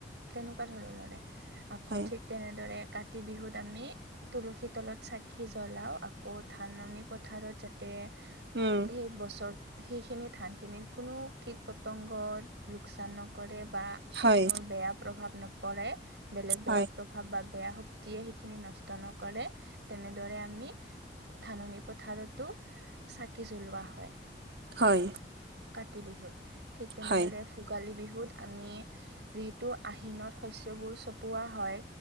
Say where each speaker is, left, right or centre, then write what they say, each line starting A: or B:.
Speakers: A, on the right; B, on the right.
A: তেনেকুৱা ধৰণৰে। আকৌ,
B: হয়
A: ঠিক তেনেদৰে কাতি বিহুত, আমি তুলসী তলত চাকি জ্বলাও, আকৌ ধাননি পথাৰত যাতে
B: উম।
A: সেই বছৰত, সেইখিনি ধানখিনিত কোনো কীট-পতংগ, লোকচান নকৰে। বা,
B: হয়
A: আনৰ বেয়া প্ৰভাৱ নপৰে বেলেগ বেয়া
B: হয়
A: প্ৰভাৱ বা বেয়া শক্তিয়ে, সেইখিনি নষ্ট নকৰে, তেনেদৰে আমি ধাননি পথাৰটো, চাকি জ্বলোৱা হয়।
B: হয়।
A: কাতি বিহুত, ঠিক তেনেদৰে
B: হয়
A: ভোগালী বিহুত, আমি যিহেতু, আহিনত শস্যবোৰ চপোৱা হয়।